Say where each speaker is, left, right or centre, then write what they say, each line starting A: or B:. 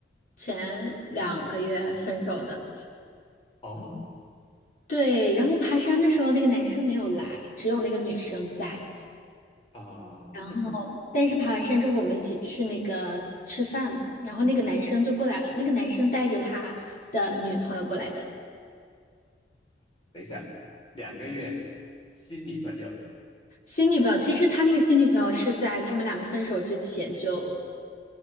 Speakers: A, on the left; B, on the left.
A: 前两个月分手的。
B: 哦
A: 对，然后爬山的时候那个男生没有来，只有那个女生在。
B: 啊，
A: 然后，但是爬完山之后，我们一起去那个吃饭，然后那个男生就过来了，那个男生带着他的女朋友过来的，
B: 等一下，两个月新女朋友
A: 新女朋友。其实他那个新女朋友是在他们两个分手之前就